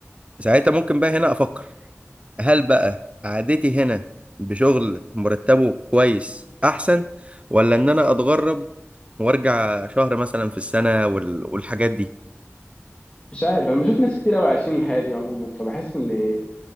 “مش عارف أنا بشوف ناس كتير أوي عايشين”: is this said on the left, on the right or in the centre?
Left